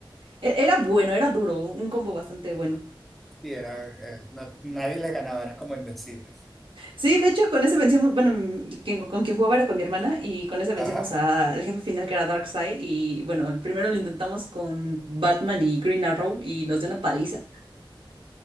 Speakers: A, on the right; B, in the centre.
A: e- era bueno, era duro, un combo bastante bueno.
B: Y era, eh, no- nadie le ganaba, eran como invencibles.
A: Sí, de hecho con ese vencimos, bueno, mm, quien- con quien jugaba era con mi hermana y con ese vencimos
B: Ajá.
A: al jefe final que era Darkseid y bueno, primero lo intentamos con Batman y Green Arrow y nos dio una paliza.